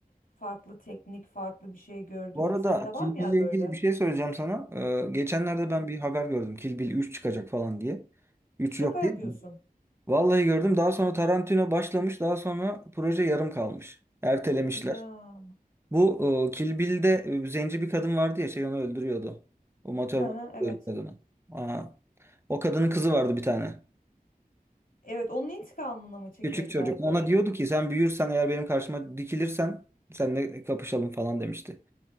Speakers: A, on the left; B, on the right.
A: farklı teknik, farklı bir şey gördüm.
B: Bu arada
A: Sende
B: Kill
A: var mı
B: Bill'le
A: ya böyle?
B: ilgili bir şey söyleyeceğim sana. Ee, geçenlerde
A: Tabii.
B: ben bir haber gördüm. Kill Bill 3 çıkacak falan diye. üç
A: Şaka
B: yok
A: yapıyorsun.
B: değil mi? Vallahi gördüm. Daha sonra Tarantino başlamış. Daha sonra proje yarım kalmış. Ertelemişler.
A: Ya.
B: Bu e, Kill Bill'de e, zenci bir kadın vardı ya şey onu öldürüyordu. o Thurman
A: Hı hı,
B: öldürüyordu
A: evet.
B: kadını. Aa. O kadının kızı vardı bir tane.
A: Evet, onun intikamını mı çekeceklerdi
B: Küçük çocuk. Ona
A: acaba?
B: diyordu ki sen büyürsen eğer benim karşıma dikilirsen seninle kapışalım falan demişti.